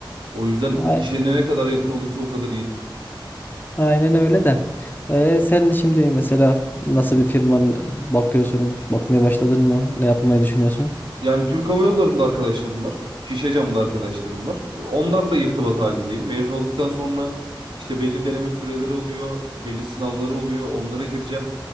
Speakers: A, on the right; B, on the left.
A: O yüzden
B: A-
A: işine ne kadar yakın olursa o kadar iyi.
B: Aynen öyle de. E, sen şimdi mesela nasıl bir firman bakıyorsun? Bakmaya başladın mı? Ne yapmayı düşünüyorsun?
A: Yani Türk Hava Yolları'nda arkadaşlarım var. Şişecam'da arkadaşlarım var. Onlarla irtibat halindeyim. Mezun olduktan sonra işte belli deneme süreleri oluyor, belli sınavları oluyor. Onlara gireceğim.